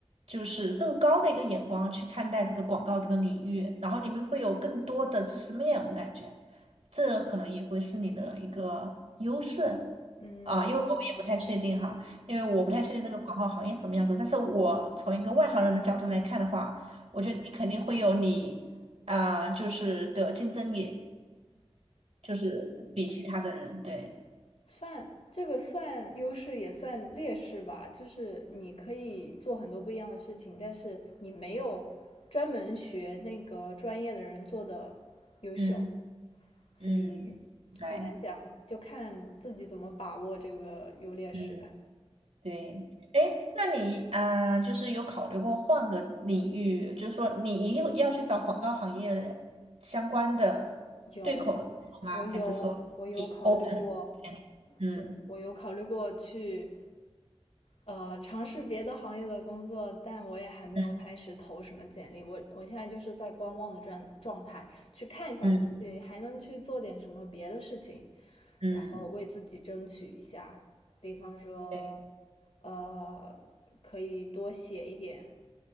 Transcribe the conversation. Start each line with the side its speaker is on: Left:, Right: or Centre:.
Right: 就是更高的一个眼光去看待这个广告这个领域，然后你们会有更多的知识面，我感觉这可能也会是你的一个优势。
Left: 嗯，
Right: 啊，因为我也不太确定哈，因为我不太确定这个广告行业什么样子。但是我从一个外行人的角度来看的话，我觉得你肯定会有你啊、就是的竞争力，就是比其他的人，对，
Left: 算这个算优势也算劣势吧，就是你可以做很多不一样的事情，但是你没有专门学那个专业的人做的优秀，
Right: 嗯
Left: 所以
Right: 嗯，对，
Left: 很难讲，就看自己怎么把握这个优劣势。
Right: 嗯，对，哎，那你啊、就是有考虑过换个领域，就是说你一定要去找广告行业相关的对口的工作吗？
Left: 有，我有，
Right: 还是说你
Left: 我有考虑过，
Right: open？嗯
Left: 对，我有考虑过去，呃，尝试别的行业的工作，但我也还没有开始投什么简历。
Right: 嗯
Left: 我我现在就是在观望的状状态，去看一下自己还能去做点什么别的事情，
Right: 嗯嗯，
Left: 然后为自己争取一下，
Right: 嗯
Left: 比方说，
Right: 对，
Left: 呃，可以多写一点，